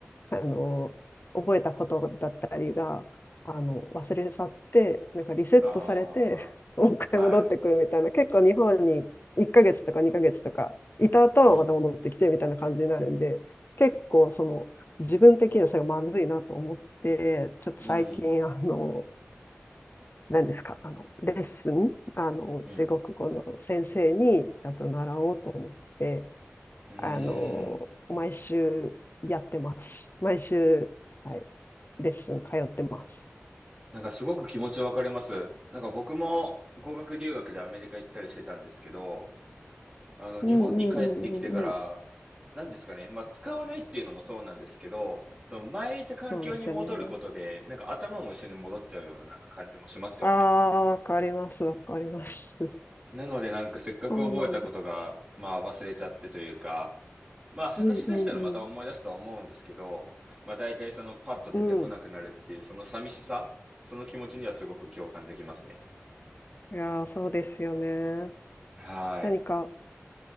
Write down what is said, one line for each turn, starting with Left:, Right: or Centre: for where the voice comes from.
Left: あの覚えたことだったりがあの忘れ去ってなんかリセットされて
Right: あー、
Left: <laughs> もう一回戻ってくるみたいな結構日本に1ヶ月とか2ヶ月とかいた後また戻ってきてみたいな感じになるんで結構その自分的にはそれがまずいなと思ってちょっと最近あの
Right: はい、うん、うん、
Left: 何ですかあのレッスンあの中国語の先生にちゃんと習おうと思って
Right: うん、うーん。
Left: あの、毎週やってます。毎週、はい、レッスン通ってます。
Right: なんかすごく気持ちわかります。なんか僕も語学留学でアメリカ行ったりしてたんですけど、あの、
Left: うんうんうんうんうん。
Right: 日本に帰ってきてから、なんですかね、まあ、使わないっていうのもそうなんですけど、その前いた環境に戻ることで、
Left: そうですよね。
Right: なんか頭も一緒に戻っちゃうようななんか感じもしますよね。
Left: ああ、わかります、わかります。<laughs>
Right: なのでなんかせっかく覚えたことが、
Left: そうなんです。
Right: まあ忘れちゃってというか、まあ話し出したらまた思い出すとは思うんですけど、
Left: うんうん
Right: まあ大体そのパッと出てこなくなるっていう、
Left: うん。うん。
Right: その寂しさ、その気持ちにはすごく共感できますね。
Left: いやー、そうですよね。
Right: はい。
Left: 何か、